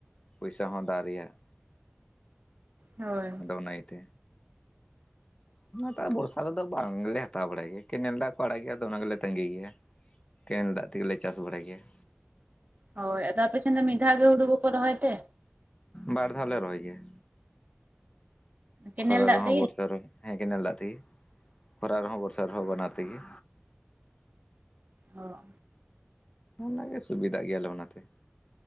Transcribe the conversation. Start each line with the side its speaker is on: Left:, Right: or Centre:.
Left: ᱯᱚᱭᱥᱟ ᱦᱚᱸ ᱫᱟᱜ ᱨᱮᱭᱟᱜ᱾
Right: ᱦᱳᱭ।
Left: ᱟᱫᱚ ᱚᱱᱟ ᱤᱭᱟᱹᱛᱮ ᱚᱱᱟ ᱫᱟᱜ ᱵᱚᱨᱥᱟ ᱨᱮᱫᱚ ᱵᱟᱝᱞᱮ ᱦᱟᱛᱟᱣ ᱵᱟᱲᱟᱭ ᱜᱮᱭᱟ ᱠᱮᱱᱮᱞ ᱫᱟᱜ ᱠᱚ ᱟᱲᱟᱜ ᱜᱮᱭᱟ ᱟᱫᱚ ᱚᱱᱟ ᱜᱮᱞᱮ ᱛᱟᱸᱜᱤ ᱜᱮᱭᱟ। ᱠᱮᱱᱮᱞ ᱫᱟᱜ ᱛᱮᱜᱮᱞᱮ ᱪᱟᱥ ᱵᱟᱲᱟᱭ ᱜᱮᱭᱟ।
Right: ᱦᱳᱭ ᱟᱫᱚ ᱟᱯᱮ ᱥᱮᱛ ᱫᱚ ᱢᱤᱫᱫᱷᱟᱣ ᱜᱮ ᱦᱩᱲᱩ ᱫᱚᱠᱚ ᱨᱚᱦᱚᱭ ᱛᱮ?
Left: ᱵᱟᱨ ᱫᱷᱟᱣ ᱞᱮ ᱨᱚᱦᱚᱭ ᱜᱮᱭᱟ।
Right: ᱠᱮᱱᱮᱞ
Left: ᱠᱷᱚᱨᱟ
Right: ᱫᱟᱜ
Left: ᱨᱮᱦᱚᱸ
Right: ᱛᱮᱜᱮ
Left: ᱵᱚᱨᱥᱟ ᱨᱮᱦᱚᱸ ᱦᱮᱸ ᱠᱮᱱᱮᱞ ᱫᱟᱜ ᱛᱮᱜᱮ ᱠᱷᱚᱨᱟ ᱨᱮᱦᱚᱸ ᱵᱚᱨᱥᱟ ᱨᱮᱦᱚᱸ ᱵᱟᱱᱟᱨ ᱛᱮᱜᱮ।
Right: ᱚ।
Left: ᱚᱱᱟᱜᱮ ᱥᱩᱵᱤᱫᱟᱜ ᱜᱮᱭᱟᱞᱮ ᱚᱱᱟᱛᱮ।